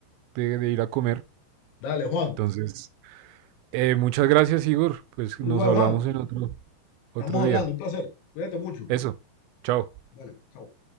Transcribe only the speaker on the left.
dale, Juan.
Igual,
Juan,
estamos hablando,
un placer. Cuídate mucho.
Dale, chao.